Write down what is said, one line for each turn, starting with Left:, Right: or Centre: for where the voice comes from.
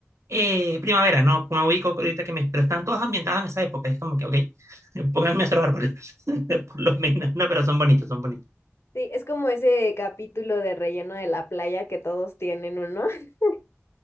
Right: eh, primavera, no, no ubico ahorita que mes, pero están todos ambientados en esa época. Es como que, ok, <laughs> pónganme otro árbol, <laughs> por lo menos. No, pero son bonitos, son bonitos.
Left: sí, es como ese capítulo de relleno de la playa que todos tienen uno. <laughs>